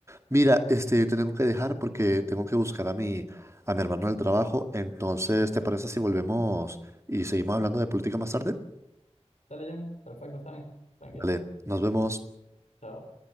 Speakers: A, on the right; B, on the left.
A: Mira, este, te tengo que dejar porque tengo que buscar a mi, a mi hermano del trabajo. Entonces, ¿te parece si volvemos y seguimos hablando de política más tarde?
B: Dale, John. Perfecto, está bien. Tranquilo.
A: Vale, nos vemos.
B: Chao.